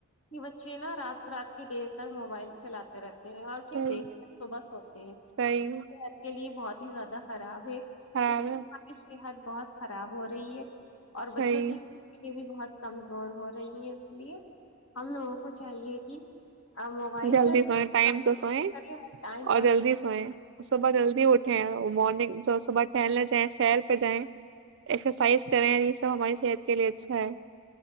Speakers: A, on the left; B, on the right.
A: کہ پچھے نا رات رات کی دیر تک موبائل چلاتے رہتے ہیں اور پھر
B: صحیح
A: دیر ب صبح سوتے ہیں صحت
B: صحیح
A: کے لیے بہت ب زیاد خراب ہے اس
B: خراب
A: لی
B: ہے
A: ہماری صحت بہت خراب ہو رہی ہے اور بچوں
B: صحیح
A: کی آکھھیے بھی بہت کمزور ہو رہی ہیں اس لیے ہم لوگوں کو چاہیے کہ موبائل
B: جلدی سوئیں
A: سے
B: ٹائم
A: کرے
B: سے سوئیں
A: اور ٹائم
B: اور
A: پرس
B: جلدی
A: ہو
B: سوئیں صبح جلدی اٹھیں وہ مارننگب صبح ٹہلنے جائیں سیر پہ جائیں ایکسرسائز کریں یہ سب ہماری صحت کے لیے اچھا ہے